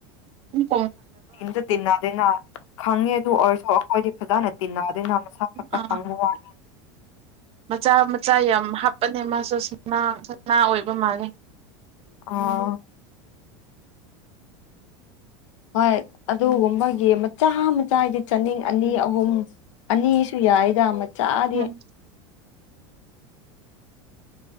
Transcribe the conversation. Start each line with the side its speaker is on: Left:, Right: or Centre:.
Right: ꯎꯝ
Left: ꯇꯤꯟꯗ ꯇꯤꯟꯅꯥꯗꯅ ꯈꯪꯉꯦ ꯇꯔꯁꯨ ꯑꯩꯈꯣꯏꯗꯤ ꯐꯖꯅꯦ ꯇꯤꯟꯟꯅꯗꯅ ꯃꯁꯥ ꯐꯛꯇ
Right: ꯑꯥ
Left: ꯈꯪꯕ ꯋꯥ
Right: ꯃꯆꯥ ꯃꯆꯥ ꯌꯥꯝ ꯍꯥꯞꯄꯅꯦ ꯃꯥꯁꯨ ꯁ ꯁꯝꯅꯥ ꯑꯣꯏꯕ ꯃꯥꯜꯂꯦ
Left: ꯑ ꯍꯣꯏ ꯑꯗꯨꯒꯨꯝꯕꯒꯤ ꯃꯆꯥ ꯃꯆꯥ ꯍꯥꯏꯗꯤ ꯆꯥꯅꯤꯡ ꯑꯅꯤ ꯑꯍꯨꯝ ꯑꯅꯤꯁꯨ ꯌꯥꯏꯗ ꯆꯥꯗꯤ
Right: ꯎꯝ